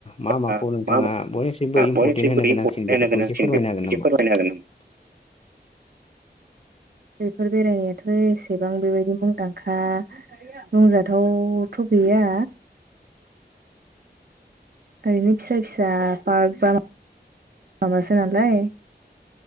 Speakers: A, on the left; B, on the right.
A: मा माखौ
B: बा
A: नोंथाङा
B: मा
A: बयनिसिमबो
B: मा
A: इम्परटेन्ट
B: बयनिख्रुइबो
A: होनो। गोनांसिन
B: इम्परटेन्ट
A: बेफोरखौ
B: होनो गोनांसिन
A: एसे फोरमायनो
B: बे
A: हागोन
B: एसे
A: नामा?
B: फोरमायनो हागोन
A: <inaudible>
B: बेफोर बेरायनायाथ' एसेबां बेबायदि मुंदांखा बुंजाथावथ'। गैया
A: <inaudible>
B: ओरैनो फिसा फिसा पार्क बा माबासो नालाय।